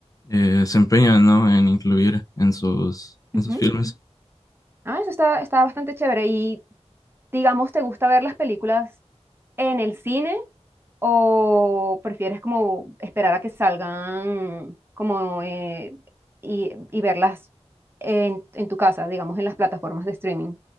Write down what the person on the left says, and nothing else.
eh, se empeñan, ¿no? en incluir en sus en
sus filmes.